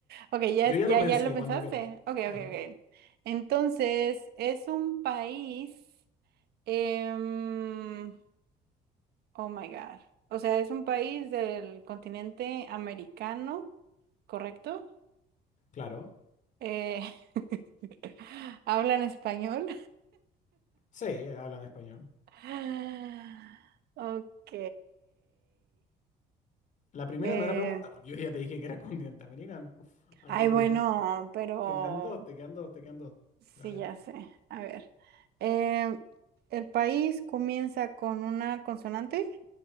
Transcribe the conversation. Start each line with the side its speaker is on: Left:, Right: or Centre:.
Right: Ok, ya,
Left: Yo ya
Right: ya,
Left: lo pensé
Right: ya lo pensaste.
Left: cuando quieras.
Right: Ok, ok,
Left: Ajá,
Right: ok. Entonces, es un país. em, oh my God. O sea, es un país del continente americano, ¿correcto?
Left: claro.
Right: Eh, <laughs> ¿hablan español?
Left: Sí, hablan español.
Right: <sighs> Ok.
Left: La primera
Right: Eh,
Left: no era pregunta, porque yo ya te dije que era continente americano. <laughs> Así
Right: ay,
Left: que
Right: bueno,
Left: te quedan,
Right: pero
Left: te quedan dos, te quedan dos, te quedan dos. Tranqui,
Right: sí, ya
Left: te
Right: sé.
Left: quedan dos.
Right: A ver. Eh, ¿el país comienza con una consonante?